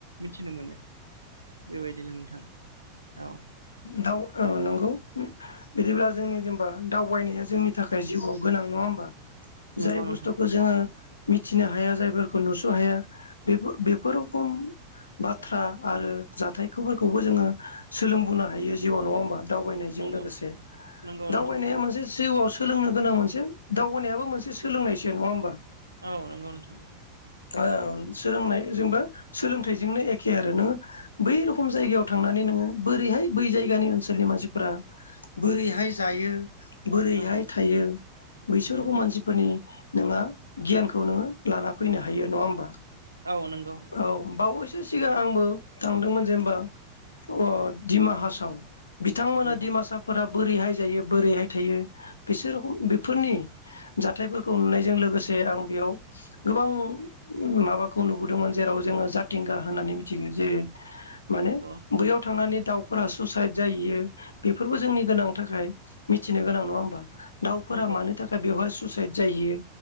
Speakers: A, on the right; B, on the left.
A: मिथिनो मोनो बेबायदिनो नोंथां औ।
B: दाव ओ नंगौ बिदिब्ला जोंनि जेनबा दावबायनाया जोंनि थाखाय जिउआव गोनां नङा होमबा?
A: नंगौ
B: जाय
A: नोंथां
B: बुस्थुखौ जोङो मिथिनो हाया जायफोर खौ नुस' हाया बेफो-बेफोर खम बाथ्रा आरो जाथायखौफोरखौबो जोङो सोलोंबोनो हायो जिउवाव नङा होमबा दावबायनायजों
A: नंगौ
B: लोगोसे।
A: नंगौ
B: दावबायनाया
A: नोंथां
B: मोनसे जिउवाव सो सोलोंनो गोनां मोनसे दावगानायाबो मोनसे सोलोंनायसो नङा होमबा?
A: औ नंगौ नोंथां।
B: ओ सोलोंनायजोंबो सोलोंथाइजोंनो एखे आरो नोङो बै रखम जायगायाव थांनानै नोङो बोरैहाय बै जायगानि ओनसोलनि मानसिफोरा बोरैहाय जायो बोरैहाय
A: औ
B: थायो बैसोरखौ
A: नंगौ
B: मानसिफोरनि नोङा गियानखौ नोङो लाना फैनो हायो नङा होमबा?
A: औ नंगौ
B: औ बावैसो सिगां आंबो थांदोंमोन जेनेबा अह दिमाहासाव बिथांमोना
A: नंगौ
B: दिडिमासाफोरा बोरैहाय जायो बोरैहाय थायो बिसोरखौ बेफोरनि जाथायफोरखौ नुनायजों लोगोसे जे आं बेयाव गोबां माबाखौ नुबोदोंमोन जेराव जोङो जाथिंगा होननानै मिथिगोन जेरै माने
A: नंगौ
B: बैयाव थांनानै दाउफोरा सुइसाइद जाहैयो बेफोरबो जोंनि गोनां थाखाय मिथिनो गोनां नङा होमबा? दाउफोरा
A: नंगौ
B: मानि थाखाय बेवहाय सुइसाइद जाहैयो